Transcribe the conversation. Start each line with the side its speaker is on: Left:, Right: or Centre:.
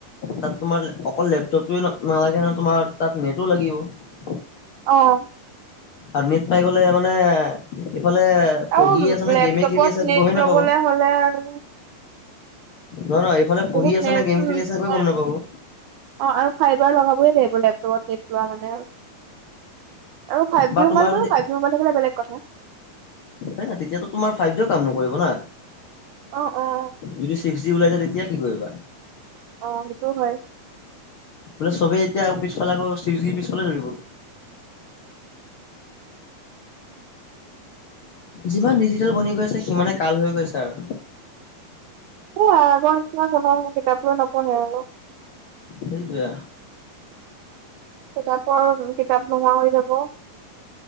Left: তাত তোমাৰ অকল লেপটপে নালাগে ন তোমাৰ তাত নেটো লাগিব।
Right: অ'।
Left: আৰু নীট পাই গ'লে মানে ইফালে
Right: আৰু
Left: পঢ়ি আছে নে
Right: লেপটপত
Left: গেমে খেলি আছে, এক
Right: নেট
Left: গমেই নাপাব।
Right: লবলে হ'লে আৰু
Left: নহয় নহয় এইফালে পঢ়ি
Right: বহুত
Left: আছে
Right: হেন
Left: নে গেম
Right: তোমাৰ
Left: খেলি আছে একোৱে গম নাপাব অ।
Right: অ' আৰু খাই বাৰ লগাবই লাগিব লেপটপ <unintelligible> লোৱা মানে। আৰু ফাইভ
Left: বা
Right: জি মোবাইল
Left: তোমাৰ
Right: বাৰু
Left: যদি
Right: ফাইভ জি মোবাইল থাকিলে বেলেগ কথা।
Left: হয় নাই তেতিয়াটো তোমাৰ ফাইভ জি' কাম নকৰিব না।
Right: অ', অ'।
Left: যদি ছিক্স ওলাই যায় তেতিয়া কি কৰিবা?
Right: অ' সেইটো হয়।
Left: বোলে চবেই এতিয়া ঔ পিছফালে আকৌ চিজিঙ পিছফালে দৌৰিবগৈ। যিমান ডিজিটেল বনি গৈ আছে সিমানে কাল হৈ গৈ আছে আৰু।
Right: এ আগৰ নিচিনা কোনো কিতাপ লই নপঢ়ে আৰু।
Left: হেইটোয়ে।
Right: কিতাপৰ কিতাপ নোহোৱা হৈ যাব।